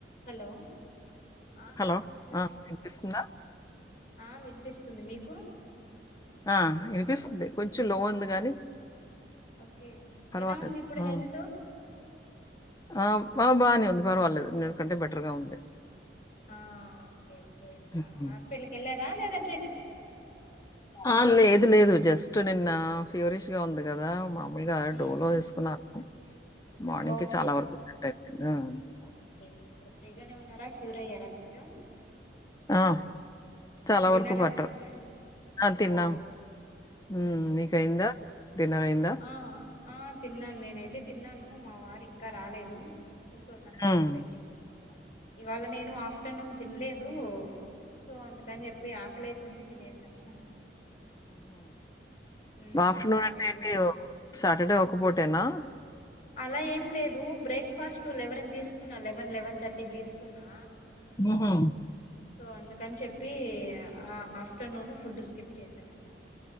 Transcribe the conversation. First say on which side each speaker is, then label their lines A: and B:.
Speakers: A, on the left (about 35°); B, on the left (about 20°).
A: హలో ఆ
B: హలో!
A: హాయ్స్ సిస్టర్
B: ఆ! వినిపిస్తుందా?
A: ఆ వినిపిస్ స్తుంది మీకు
B: ఆ వినిపిస్తుంది కొంచెం లో ఉంది గానీ
A: ఓకే
B: పర్వాలేదు.
A: ఎలా ఉంది ఇప్పుడు
B: ఆ!
A: హెల్త్
B: ఆ బాగానే ఉంది పర్వాలేదు నేకంటే బెటర్ గా ఉంది
A: ఆ ఓకే కే
B: హుహు.
A: హాస్పిటల్కి ఎల్ల రా లేదంటే
B: ఆ లేదు లేదు జస్ స్ట్ నిన్న ఫ్యూరిష్ గా ఉంది కదా మా లుగా
A: ఉమ్
B: డోలో వేసుకున్నారు మార్నింగ్
A: ఓకే
B: కి చాలా వరకు సేట్ అఇంది హు
A: ఓకే ఇప్పుడు ఫ్రీగానే ఉన్నారా క్యూర్ అయ్యారా కొంచెం
B: ఆ! చాలా
A: తిన్నారా
B: వరకు పట్టవు
A: సిస్టర్
B: ఆ తిన్నాం
A: పోనీలే
B: ఉ
A: ఉమ్
B: నీకైందా డిన్నర్ అయ్యిందా
A: ఆ ఆ తిన్నాను నేనయితే తిన్నాను మా వారు ఇంకా రాలేదు సో తన
B: హ్మ్.
A: కోసం వెయిటింగ్ అన్నమాట ఇవాళ నేను ఆఫ్టర్నూన్ తినలేదు సో అందుకని చెప్పి ఆకలేసింది తినేసాను ఉమ్
B: ఆఫ్టర్నూన్ అంటే
A: వేడి
B: ఏంటి
A: వేడి
B: సాటర్డే ఒ పుటేనా
A: అలా ఏం లేదు బ్రేక్ ఫాస్ట్ లెవెన్ కు తీసుకున్న లెవెన్ లెవెన్ థర్టీకి తీస్ కున్నా
B: ఒహొ
A: సో అందుకని చెప్పి ఆ ఆఫ్టర్నూన్ ఫుడ్ స్కిప్ చేసానన్నమాట